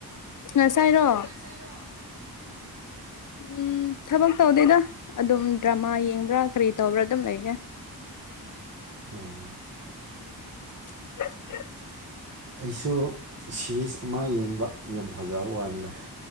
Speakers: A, on the left; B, on the right.
A: ꯉꯁꯥꯏꯔꯣ
B: ꯇꯥꯏꯔꯣ
A: ꯎꯝ ꯊꯕꯛ ꯇꯧꯗꯦꯗ ꯑꯗꯨꯝ ꯗ꯭ꯔꯃꯥ ꯌꯦꯡꯕ꯭ꯔꯥ ꯀ꯭ꯔꯤ ꯇꯧꯕ꯭ꯔꯥ ꯑꯗꯨꯝ ꯂꯩꯌꯦ
B: ꯑꯣ
A: <unintelligible>
B: ꯑꯩꯁꯨ ꯁꯤꯂꯤꯁ ꯑꯃꯥ ꯌꯦꯡꯕ ꯌꯥꯝ ꯐꯖꯕ ꯋꯥꯅꯦ